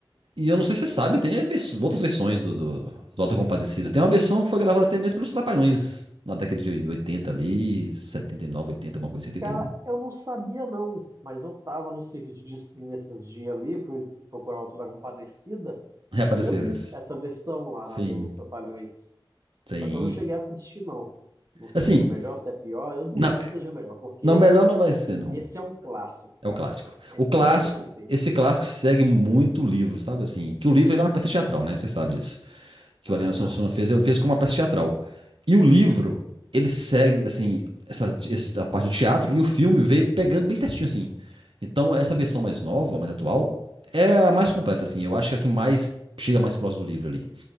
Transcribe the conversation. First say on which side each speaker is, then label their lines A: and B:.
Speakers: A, on the right; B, on the right.
A: e eu não sei se você sabe, tem vers- outras versões do, do, do Auto da Compadecida. Tem uma versão que foi gravada até mesmo pelos Trapalhões, na década de 80 ali, setenta e nove 80 alguma coisa, setenta
B: Cara,
A: e um
B: eu não sabia, não. Mas eu tava no serviço de stream esses dias ali, fui procurar o Alto da Compadecida,
A: <laughs> Reapareceu
B: e eu vi
A: esse.
B: essa versão lá
A: Sim.
B: dos Trapalhões.
A: Sim.
B: Só que eu não cheguei a assistir, não. Não sei
A: Assim,
B: se é melhor, se é pior. Eu duvido
A: não,
B: que seja melhor, porque
A: não, melhor não vai ser, não.
B: Esse é um clássico,
A: É
B: cara.
A: o clássico.
B: É
A: O
B: muito
A: clássico,
B: bem feito.
A: esse clássico segue muito o livro, sabe? Assim, que o livro ele é uma peça teatral, né? Você sabe disso. que
B: Aham.
A: o Ariano Suassuna fez, ele fez como uma peça teatral. E o livro, ele segue, assim, essa, essa parte do teatro, e o filme veio pegando bem certinho, assim. Então, essa versão mais nova, mais atual, é a mais completa, assim. Eu acho que é a que mais chega mais próximo do livro ali.